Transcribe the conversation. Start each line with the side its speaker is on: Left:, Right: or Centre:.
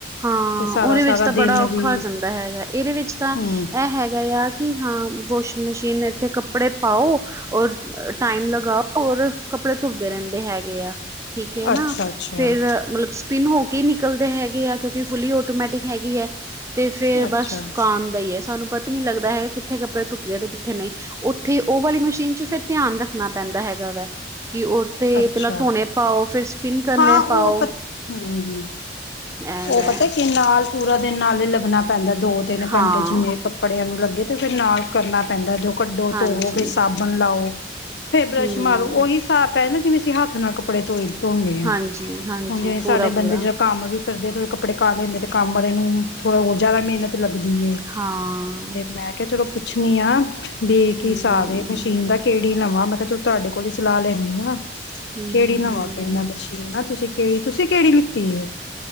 Right: ਹਾਂ,
Left: ਤੇ ਸਾਰਾ
Right: ਉਹਦੇ ਵਿੱਚ
Left: ਸਾਰਾ
Right: ਤਾਂ ਬੜਾ
Left: ਦਿਨ
Right: ਔਖਾ
Left: ਵੀ
Right: ਹੋ ਜਾਂਦਾ ਹੈਗਾ, ਇਹਦੇ ਵਿੱਚ ਤਾਂ
Left: ਹੂੰ
Right: ਇਹ ਹੈਗਾ ਆ। ਕਿ ਹਾਂ, ਵਾਸ਼ਿੰਗ ਮਸ਼ੀਨ ਇੱਥੇ ਕੱਪੜੇ ਪਾਓ ਔਰ ਟਾਈਮ ਲਗਾਓ, ਔਰ ਕੱਪੜੇ ਧੁਬਦੇ ਰਹਿੰਦੇ ਹੈਗੇ ਆ ਠੀਕ ਹੈ ਨਾ,
Left: ਅੱਛਾ ਅੱਛਾ
Right: ਫੇਰ ਮਤਲਬ ਸਪਿਨ ਹੋ ਕੇ ਹੀ ਨਿਕਲਦੇ ਹੈਗੇ ਆ ਕਿਉਂਕਿ ਫੁੱਲੀ ਆਟੋਮੈਟਿਕ ਹੈਗੀ ਹੈ, ਤੇ ਫੇਰ
Left: ਅੱਛਾ
Right: ਬਸ ਸੁਕਾਨ ਹੀ ਹੈ ਸਾਨੂੰ ਪਤਾ ਨੀ ਲੱਗਦਾ ਹੈਗਾ ਕਿੱਥੇ ਕੱਪੜੇ ਧੁਪ ਗਏ ਤੇ ਕਿੱਥੇ ਨਹੀਂ ਉੱਥੇ ਉਹ ਵਾਲੀ ਮਸ਼ੀਨ 'ਚ ਫਿਰ ਧਿਆਨ ਰੱਖਣਾ ਪੈਂਦਾ ਹੈਗਾ ਵਾ ਕਿ ਉਹ ਤੇ,
Left: ਅੱਛਾ
Right: ਪਹਿਲਾਂ ਧੋਣੇ ਪਾਓ ਫਿਰ ਸਪਿਨ ਕਰਨੇ
Left: ਹਾਂ ਉਹ
Right: ਪਾਓ
Left: ਪਤਾ ਹ
Right: ਐ
Left: ਉਹ
Right: ਵੈ
Left: ਪਤਾ ਕਿ ਨਾਲ ਪੂਰਾ ਦਿਨ ਨਾਲ ਹੀ ਲੱਗਣਾ ਪੈਂਦਾ, ਦੋ- ਤਿੰਨ
Right: ਹਾਂ
Left: ਘੰਟੇ ਜਿੰਨੇ ਕੱਪੜਿਆਂ ਨੂੰ ਲੱਗੇ ਤੇ ਫਿਰ ਨਾਲ ਕਰਨਾ ਪੈਂਦਾ ਜ ਕੱਢੋ
Right: ਹਾਂਜੀ,
Left: ਧੋਵੋ ਫੇਰ ਸਾਬਣ ਲਾਓ ਫਿਰ ਬਰੱਸ਼
Right: ਹੂੰ,
Left: ਮਾਰੋ ਉਹੀ ਹਿਸਾਬ ਪੈ ਨਾ, ਜਿਵੇਂ ਅਸੀਂ ਹੱਥ ਨਾਲ ਕੱਪੜੇ ਧੋਈ ਧੋਦੇ ਹੁਣ
Right: ਹਾਂਜੀ-ਹਾਂਜੀ,
Left: ਜਿਵੇਂ ਸਾਡੇ
Right: ਪੂਰਾ-ਪੂਰਾ
Left: ਬੰਦੇ ਜ ਕੰਮ ਵੀ ਕਰਦੇ ਥੋੜ੍ਹੇ ਕੱਪੜੇ ਕਾਲੇ ਹੁੰਦੇ ਤੇ ਕੰਮ ਵਾਲੇ ਨੂੰ ਥੋੜ੍ਹਾ ਹੋਰ ਜ਼ਿਆਦਾ ਮਿਹਨਤ ਲੱਗਦੀ ਹੈ
Right: ਹਾਂ
Left: ਮੈਂ ਕਿਹਾ ਚਲੋ ਪੁੱਛਣੀ ਆ, ਵੀ ਕਿ
Right: ਹੂੰ,
Left: ਹਿਸਾਬ ਮਸ਼ੀਨ ਦਾ ਕਿਹੜੀ ਲਵਾਂ ਮੈਂ ਕਿਹਾ ਚਲੋ ਤੁਹਾਡੇ ਕੋਲ ਹੀ ਸਲਾਹ ਲੈਂਦੀ ਆਂ
Right: ਹੂੰ-ਹੂੰ,
Left: ਕਿਹੜੀ ਲਵਾਂ
Right: ਹੂੰ।
Left: ਇੰਨਾ
Right: ਹੂੰ
Left: ਮਸ਼ੀਨ ਆ ਤੁਸੀਂ ਕਿਹੜੀ ਤੁਸੀਂ ਕਿਹੜੀ ਲਿੱਤੀ ਹੈ